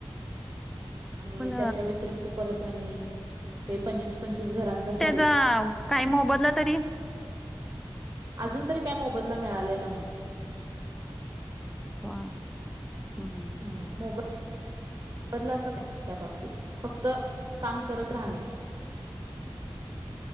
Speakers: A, on the right; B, in the centre.
A: आणि
B: पण
A: त्याच्या व्यतिरिक्त परत आणि हे पंचवीस पंचवीस घरांचा स
B: काम काही मोबदला तरी
A: अजून तरी काय मोबदला मिळालेला नाही.
B: हो हम् <unintelligible>
A: मोब बदला त्या बाबतीत फक्त काम करत राहणे.